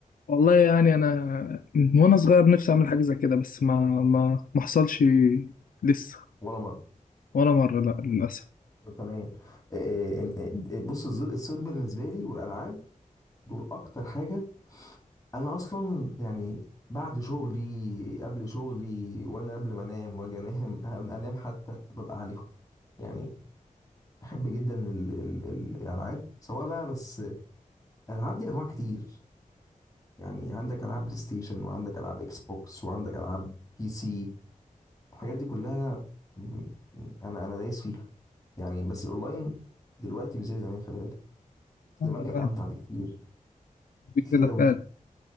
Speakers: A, on the left; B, on the left.
A: والله يعني انا من وانا صغير نفسي اعمل حاجة زي كده بس ما ما ما حصلش لسه
B: ولا مره
A: ولا مرة لا للاسف
B: طب تمام إيه- إيه- إيه- بص الز- الصيد بالنسبه لي والالعاب دول اكتر حاجه انا اصلا يعني بعد شغلي قبل شغلي وانا قبل ما انام واجي انام انام حتى ببقى عليهم يعني بحب جدا ال ال ال- الالعاب سواء بقى بس الالعاب دي انواع كتير يعني عندك العاب بلاي ستيشن وعندك العاب اكس بوكس وعندك العاب بي سي الحاجات دي كلها م- م- انا انا دايس فيها يعني بس الاونلاين دلوقتي مش زي زمان خلي بالك
A: انا
B: زمان كان امتع بكتير بكتير
A: كده
B: قوي
A: فعلا